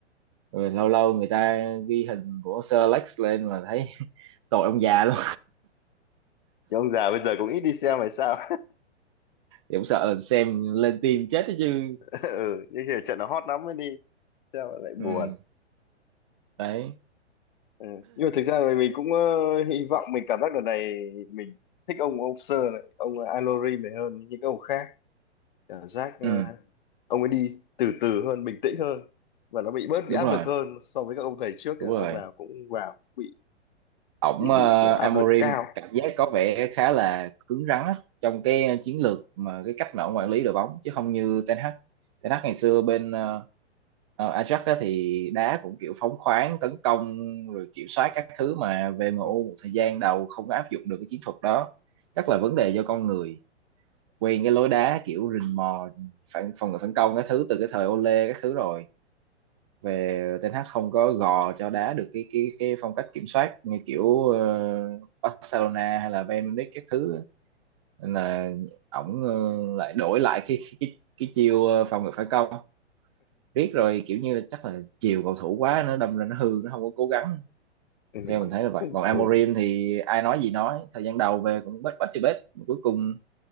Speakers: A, on the right; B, on the left.
A: rồi lâu lâu người ta ghi hình của Sir Alex lên mà thấy <laughs> tội ông già luôn
B: Nhưng ông già bây giờ cũng ít đi xem hay sao <laughs>
A: thì cũng sợ xem lên tim chết đó chứ
B: ừ nhưng khi trận nó hot lắm mới đi xem mà lại
A: ừ
B: buồn
A: đấy
B: ừ. nhưng mà thực ra là mình cũng ờ, hy vọng mình cảm giác lần này mình thích ông ông Sir này ông Alori này hơn những ông khác cảm giác ờ,
A: ừ
B: ông ấy đi từ từ hơn bình tĩnh hơn và nó bị bớt
A: đúng
B: bị áp
A: rồi
B: lực hơn so với các ông thầy trước
A: đúng
B: ờ,
A: rồi
B: ông nào cũng vào cũng bị
A: ổng
B: bị
A: ờ,
B: bị kiểu áp
A: Amorim
B: lực cao
A: cảm giác có vẻ khá là cứng rắn á, trong cái chiến lược mà cái cách mà ổng quản lý đội bóng chứ không như Ten Hag Ten Hag ngày xưa
B: ừ.
A: bên ờ, ờ, Ajax á, thì đá cũng kiểu phóng khoáng tấn công rồi kiểm soát các thứ mà VMU
B: Ừ.
A: một thời gian đầu không có áp dụng được cái chiến thuật đó chắc là vấn đề do con người quen cái lối đá kiểu rình mò phản phòng ngự phản công các thứ từ cái thời Ole các thứ rồi về Ten hát không có gò cho đá được cái cái cái phong cách kiểm soát như kiểu ờ, Barcelona hay là Bayern Munich các thứ á. nên là ổng ờ, lại đổi lại cái cái cái, cái chiêu ờ, phòng ngự phản công riết rồi kiểu như là chắc là chiều cầu thủ quá nó đâm ra nó hư nó không có cố gắng
B: Ừ. Mình
A: theo
B: cũng
A: mình thấy là vậy
B: không
A: còn Amorim
B: ừ.
A: thì ai nói gì nói thời gian đầu về cũng bết bết chơi bết cuối cùng